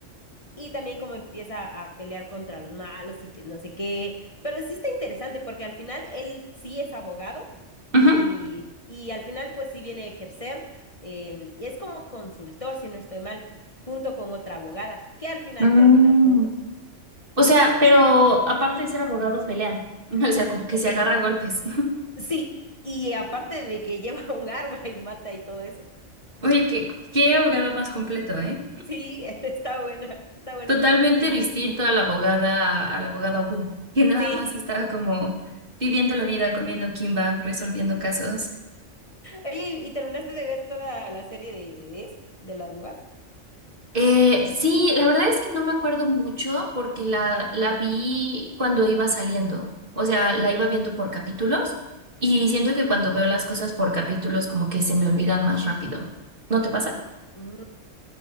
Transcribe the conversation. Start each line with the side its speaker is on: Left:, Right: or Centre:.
Left: Y también como empieza a pelear contra los malos y que no sé qué. Pero sí está interesante porque al final él sí es abogado y,
Right: ujú.
Left: y al final pues sí viene a ejercer. em, y es como consultor, si no estoy mal, junto con otra abogada, que al final
Right: Mm.
Left: terminan juntos.
Right: O sea, pero aparte de ser abogado, pelean. <laughs> O sea, como que
Left: <laughs>
Right: se agarra a golpes.
Left: Sí, y aparte de que <laughs> lleva un arma y mata y todo eso.
Right: Oye, qué, qué abogado más completo, ¿eh?
Left: Sí, <laughs> está buena, está buena.
Right: Totalmente
Left: Sí,
Right: distinto a la abogada, a la abogada Wu, que nada
Left: sí.
Right: más estaba como viviendo la vida, comiendo kimba, resolviendo casos.
Left: Oye, ¿y terminaste de ver toda la serie de, de esa, de la abogada?
Right: Eh, sí, la verdad es que no me acuerdo mucho porque la, la vi cuando iba saliendo, o sea, la iba viendo por capítulos y siento que cuando veo las cosas por capítulos como que se me olvidan más rápido. ¿No te pasa?
Left: Ujú.